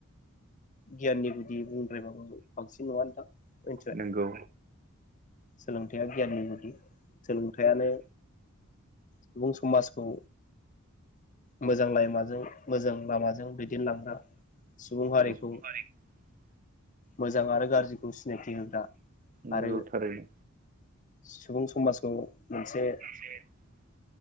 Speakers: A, on the left; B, on the right.
A: गियाननि गुदि बुंद्रायबाबो बांसिन नङा नोंथां मिथिबाय?
B: नोंगौ
A: सोलोंथाइ गियाननि गुदि सोलोंथायानो सुबुं समाजखौ मोजां लामाजों मोजां लामाजों दैदेनलांग्रा सुबुं हारिखौ
B: <unintelligible>
A: मोजां आरो गाज्रिखौ सिनायथि होग्रा
B: नोंगौ
A: आरो
B: थारैनो
A: सुबुं समाजखौ मोनसे।
B: <unintelligible>